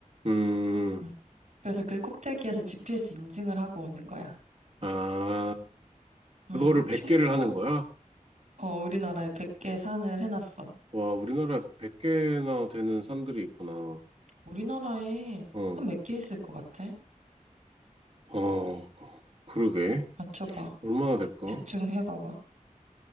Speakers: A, on the right; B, on the right.
A: 응.
B: 음. 그래서 그 꼭대기에서 GPS 인증을 하고 오는 거야.
A: 아, 그거를
B: 음,
A: 100개를
B: 친구 친구
A: 하는 거야?
B: 어 우리나라에 100개 산을 해놨어.
A: 와, 우리나라에 100개나 되는 산들이 있구나.
B: 우리나라에
A: 어,
B: 산 몇 개 있을 것 같아?
A: 어, 그러게.
B: 맞춰봐.
A: 얼마나 될까?
B: 대충 해봐봐.